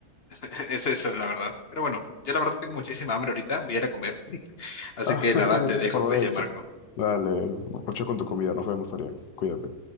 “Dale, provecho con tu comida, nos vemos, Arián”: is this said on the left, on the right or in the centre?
Left